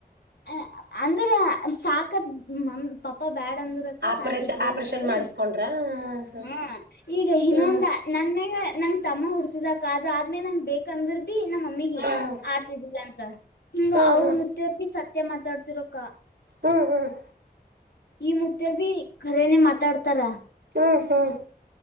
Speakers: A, on the left; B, on the right.
A: ಅ ಅಂದ್ರ ಸಾಕತ್ ಮ ಪಪ ಬ್ಯಾಡ ಅಂದ್ರಕ್ಕ
B: ಆಪರೇಷನ್
A: ಸಾಕಡ್ರಿ
B: ಆಪರೇಷನ್
A: ಅಂತೇಳಿ
B: ಮಾಡಿಸಕೊಂಡ್ರ ಹ
A: ಹಾ ಈಗ ಇನ್ನೊಂದ
B: ಹ್ಮ್
A: ನನ್ಗ ನಂಗ ತಮ್ಮ ಹುಡ್ತಿದಕ್ಕ ಅ ಆದ್ಮೇಲೆ ನಂಗ ಬೇಕಂದ್ರ ಬಿ ನಮ್ಮ ಮಮ್ಮಿಗೆ
B: ಹ್ಮ್
A: ಆತಿದ್ದಿಲ್ಲ ಅಂತ ಹಿಂಗ
B: ಹ್ಮ್
A: ಅವ್ರ
B: ಹ್ಮ್
A: ಮುತ್ತ ಸತ್ಯ ಮಾತಾಡ್ತಿರಕ್ಕ
B: ಹ್ಮ್ ಹ್ಮ್
A: ಈ ಮುದರ್ ಭೀ ಖರೇನೆ ಮಾತಾಡ್ತಾರ
B: ಹ್ಮ ಹಾ